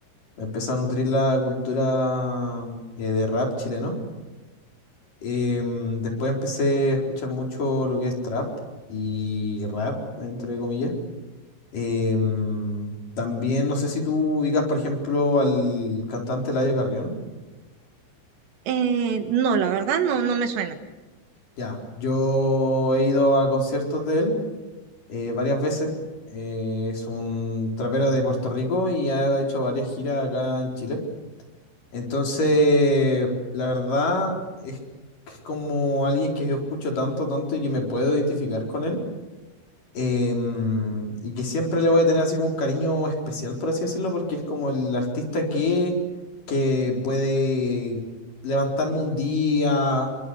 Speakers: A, on the left; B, on the right.
A: Me empezó a nutrir la cultura eh, de rap chileno. Em, después empecé a escuchar mucho lo que es trap y rap, entre comillas. Em, también no sé si tú ubicas, por ejemplo, al cantante Eladio Carrión.
B: Eh, no, la verdad, no, no me suena.
A: Ya, yo he ido a conciertos de él eh, varias veces. Eh, es un trapero de Puerto Rico y ha hecho varias giras acá en Chile. Entonces, la verdad es que es como alguien que yo escucho tanto, tanto y que me puedo identificar con él. Em, y que siempre le voy a tener así como un cariño especial, por así decirlo, porque es como el artista que, que puede levantarme un día,